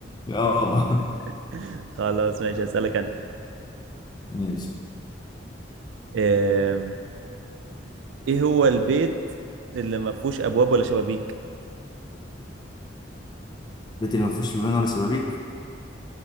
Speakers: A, on the left; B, on the right.
A: اه
B: <laughs> خلاص ماشي هسألك انا
A: <laughs> ماشي
B: آم، ايه هو البيت اللي ما فيهوش ابواب ولا شبابيك
A: البيت اللي ما فيهوش بيبان ولا شبابيك